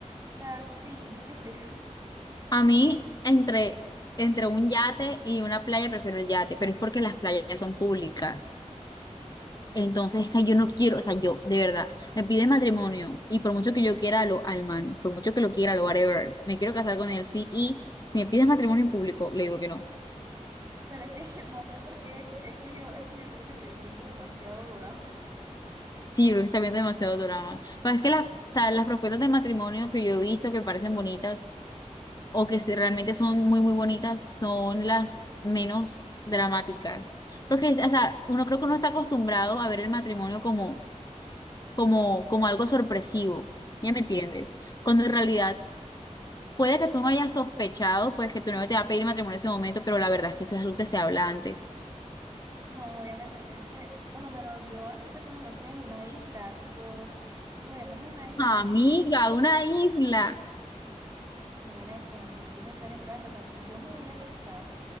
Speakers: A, on the right; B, on the left.
A: sea, sí, sí me explico.
B: A mí, entre, entre un yate y una playa, prefiero el yate, pero es porque las playas son públicas. Entonces, es que yo no quiero, o sea, yo, de verdad, me pide matrimonio y por mucho que yo quiera lo, al man, por mucho que lo quiera, lo whatever, me quiero casar con él, sí, y me pide matrimonio en público, le digo que no.
A: Pero es que <laughs> no sé por qué, es, es que yo, es que yo creo que estoy viendo demasiado drama. <laughs>
B: Sí, yo creo que está viendo demasiado drama. Pero es que las, o sea, las propuestas de matrimonio que yo he visto que parecen bonitas, o que si realmente son muy, muy bonitas, son las menos dramáticas. Porque, o sea, uno creo que uno está acostumbrado a ver el matrimonio como, como, como algo sorpresivo, ¿ya me entiendes? Cuando en realidad puede que tú no hayas sospechado, pues que tu novio te va a pedir matrimonio en ese momento, pero la verdad es que eso es algo que se habla antes.
A: No, obviamente, pero es que por lo menos yo estoy pensando, no sé, en una isla, tipo, que vayamos a una isla.
B: Amiga,
A: ah,
B: una isla.
A: Mira, es que uno tiene que pensar en grande. O sea, si yo me voy a casar,